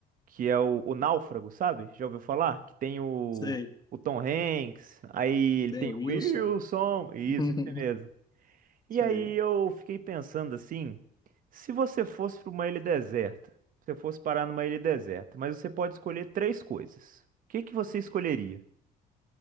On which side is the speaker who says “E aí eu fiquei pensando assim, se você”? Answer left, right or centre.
Right